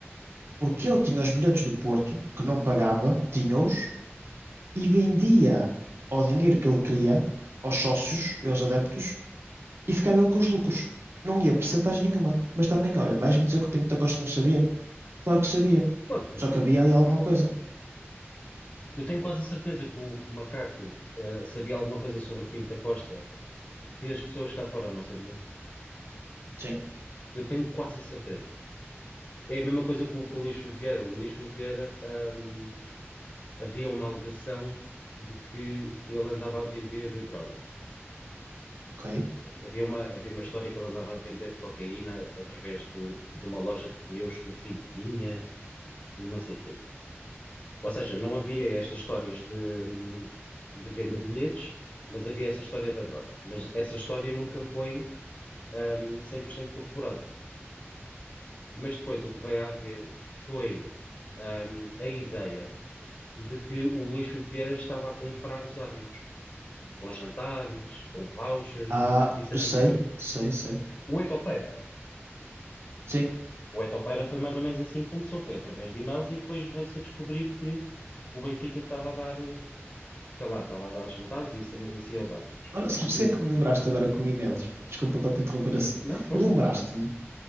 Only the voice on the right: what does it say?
Porque ele tinha os bilhetes do Porto, que não pagava, tinha-os, e vendia ao dinheiro que ele queria, aos sócios e aos adeptos, e ficava ele com os lucros. Não ia percentagem nenhuma. Mas também, olha, vais-me dizer que o Pinto da Costa não sabia? Claro que sabia.
Só que havia ali alguma coisa.
Sim,
ok.
Ah,
sei,
sei, sei.
Sim.
Olha, sabes
o que
é que me lembraste agora com e-mails? Pá, desculpa estar-te a interromper assim.
Lembraste-me